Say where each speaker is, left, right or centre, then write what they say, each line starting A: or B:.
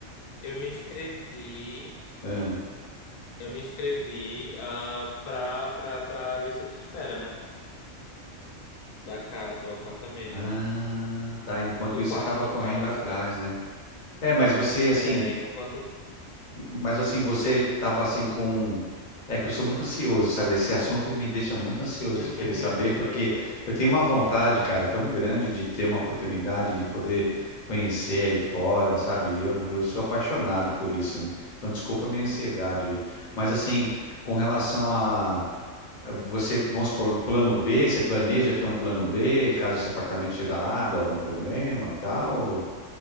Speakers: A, on the left; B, on the left.
A: eu me inscrevi,
B: Ah,
A: eu me inscrevi ah, pra, pra, pra lista de espera, né? Da casa, do apartamento.
B: Ah, tá. Enquanto
A: Do
B: isso,
A: quarto,
B: você estava
A: no
B: correndo
A: caso,
B: atrás,
A: né?
B: né? É, mas você assim,
A: É, enquanto.
B: mas assim, você tava assim com. um, É que eu sou muito ansioso, sabe? Esse assunto me deixa muito ansioso
A: <laughs>
B: de querer saber, porque eu tenho uma vontade, cara, tão grande de ter uma oportunidade de poder conhecer aí fora, sabe? Eu, eu sou apaixonado por isso, né? Então, desculpa a minha ansiedade aí. Mas assim, com relação a a você, vamos supor, um plano B, você planeja ter um plano B, caso esse apartamento chegar lá, dá algum problema e tal? Ou,